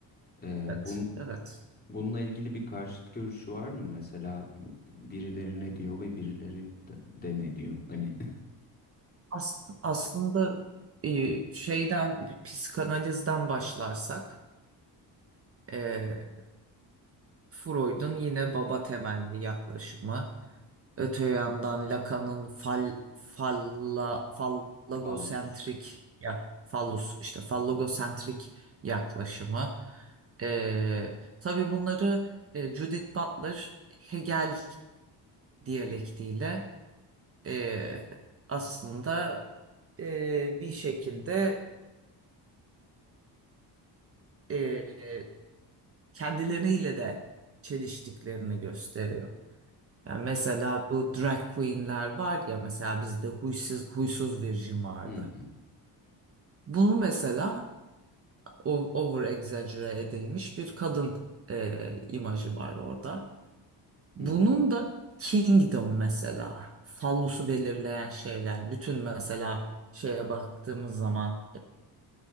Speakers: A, on the left (about 20°); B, on the right (about 35°).
A: E,
B: Evet.
A: bun,
B: Evet.
A: bununla ilgili bir karşıt görüşü var mı? Mesela birileri ne diyor ve birileri de, de ne diyor? Hani
B: As- aslında e, şeyden bir psikanalizden başlarsak e, Freud'un yine baba temelli yaklaşımı. Öte yandan Lacan'ın fal, falla, fallogosentrik
A: <laughs> ballus.
B: ya fallus işte fallogosentrik yaklaşımı. E, tabii bunları e, Judith Butler Hegel diyalektiyle e, aslında e, bir şekilde e, kendileriyle de çeliştiklerini gösteriyor. Yani mesela bu drag queenler var ya mesela bizde huysuz, huysuz virgin vardı.
A: Hı hı,
B: Bunu mesela o- over exaggerate edilmiş bir kadın e, imajı var orada. Bunun
A: hı hı,
B: da kingdom mesela fallosu belirleyen şeyler bütün mesela şeye baktığımız zaman